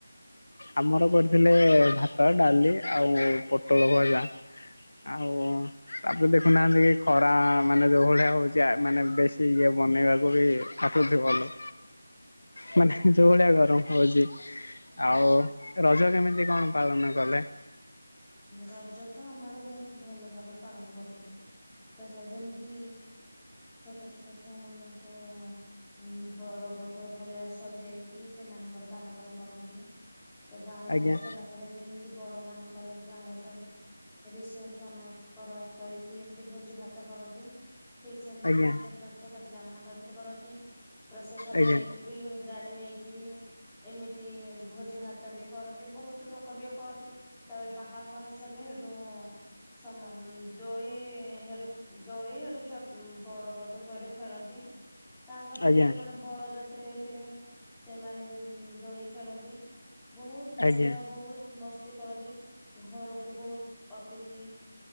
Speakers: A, on the left (about 55°); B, in the centre.
A: ଆମର କରିଥିଲେ ଭାତ, ଡାଲି ଆଉ ପୋଟଳ ଭଜା। ଆଉ ତାପରେ ଦେଖୁନାହାନ୍ତି କି ଖରା ମାନେ ଯୋଉଁ ଭଳିଆ ହଉଛି ମାନେ ବେଶୀ ଇଏ। ବନେଇବାକୁ ବି <unintelligible> ବି ଭଲ ମାନେ ଯୋଉଁ ଭଳିଆ ଗରମ ହଉଛି
B: ହୁଁ
A: ଆଉ ରଜ କେମିତି କଣ ପାଳନ କଲେ?
B: ରଜ ତ ଆମ ଆଡେ ବହୁତ ଭଲ ଭାବେ ପାଳନ କରୁଛନ୍ତି। ତଥା ଯେମିତି ଛୋଟ ଛୋଟ ଛୁଆ ମାନଙ୍କୁ ଉଁ ବର ବଧୂ ଭଳିଆ ସଜେଇକି ସେମାନଙ୍କର ବାହାଘର କରନ୍ତି। ତ ବାହାଘର
A: ଆଜ୍ଞା
B: ସରିଲା ପରେ ଯେମତି ବଡ ମାନଙ୍କର ଏମ ବାହାଘର ସାରିଲେ ରିସେପସନ କର କରିକି ଯେମିତି ଭୋଜି ଭାତ କରନ୍ତି। ଠିକ ସେମତି
A: ଆଜ୍ଞା
B: ଏଠି ଛୋଟ ଛୋଟ ପିଲା ମାନଙ୍କର ଏମିତି କରନ୍ତି ପ୍ରଶେସନ
A: ଆଜ୍ଞା
B: ନେଇକି ବି ଗା ଗ ନେଇକି ବି ଏମିତି ଭୋଜି ଭାତ ବି କରନ୍ତି। ବହୁତ ଲୋକ ବି କରନ୍ତି ତାପରେ ବା ବାହାଘର ସରିଲେ ହେଠୁ ସମ ଦୋଳି ହେଠୁ ଦୋଳି ହେଠୁ ଛୋ ବର ବଧକୁ ହେଠୁ ଖେଳନ୍ତି। ତାଙ୍କ ସହିତ
A: ଆଜ୍ଞା
B: ଯୋଉଁ ମାନେ ବର ଯାତ୍ରୀ ଯାଇଥିବେ ସେମାନେ ବି ଦୋଳି ଖେଳନ୍ତି। ବହୁତ
A: ଆଜ୍ଞା
B: ମଜା ବହୁତ ମସ୍ତି କରନ୍ତି। ଘରକୁ ବହୁତ ଅତିଥି